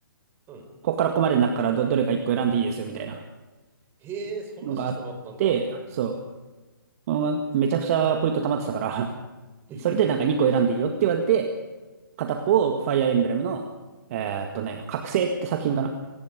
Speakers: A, on the right; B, on the right.
A: うん。
B: ここからここまでの中からど、どれか一個選んでいいですよみたいな
A: へえ、そんなシステムあったんだ。
B: のがあって、そう、うんめちゃくちゃポイント溜まってたから <laughs>
A: <laughs>
B: それでなんか2個選んでいいよって言われて、片っぽをファイアーエンブレムの、えーっとね、覚醒って作品かな